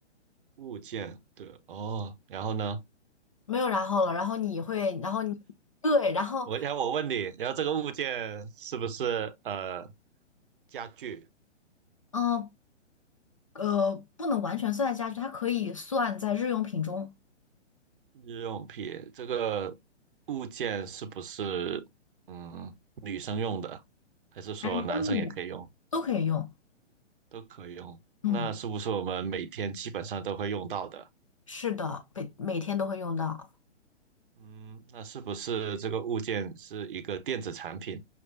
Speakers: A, on the right (about 45°); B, on the left (about 30°).
A: 物件的哦，然后呢？
B: 没有然后了。然后你会，然后你对，然后
A: 我然后我问你，然后这个物件是不是呃家具？
B: 嗯呃，不能完全算在家具，它可以算在日用品中，
A: 日用品这个物件是不是嗯女生用的，还是说男生也可以用，
B: 男生女人都可以用。
A: 都可以用？那是不是我们每天基本上都会用到的？
B: 嗯，是的，每每天都会用到，
A: 嗯，那是不是这个物件是一个电子产品？